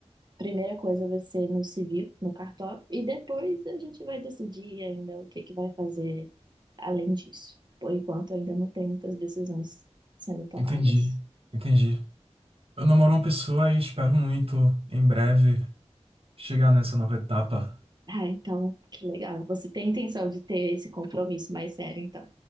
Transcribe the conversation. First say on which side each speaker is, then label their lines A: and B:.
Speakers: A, on the right; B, on the right.
A: primeira coisa vai ser no civil, no cartório e depois a gente vai decidir ainda o que que vai fazer além disso. Por enquanto ainda não tem muitas decisões sendo tomadas.
B: Entendi, entendi. Eu namoro uma pessoa e espero muito, em breve, chegar nessa nova etapa.
A: Ah, então, que legal. Você tem intenção de ter esse compromisso mais sério, então.